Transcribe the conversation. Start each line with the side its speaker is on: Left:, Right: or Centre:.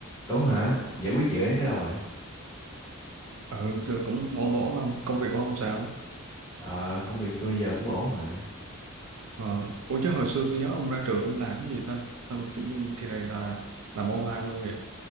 Left: Tuấn hả? Giải quyết dự án tới đâu rồi?
Right: Ừ, rồi cũng ngộ ngộ không? Công việc của ông sao?
Left: Ờ, công việc tôi giờ cũng ổn mà.
Right: Ờ. Ủa chứ hồi xưa tôi nhớ ông ra trường ông làm cái gì ta? Sao tự nhiên kỳ này là làm online luôn vậy?